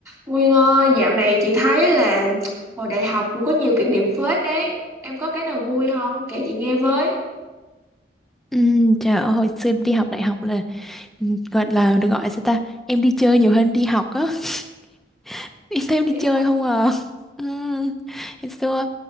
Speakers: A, on the right; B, in the centre.
A: Nguyên ơi, dạo này chị thấy là hồi đại học cũng có nhiều kỷ niệm phết đấy. Em có cái nào vui không? Kể chị nghe với.
B: Ừm, trời ơi, hồi xưa em đi học đại học là ừm, gọi là được gọi sao ta em đi chơi nhiều hơn đi học á <laughs> em thấy em
A: Vậy
B: đi chơi
A: hả?
B: không à Ừm, hồi xưa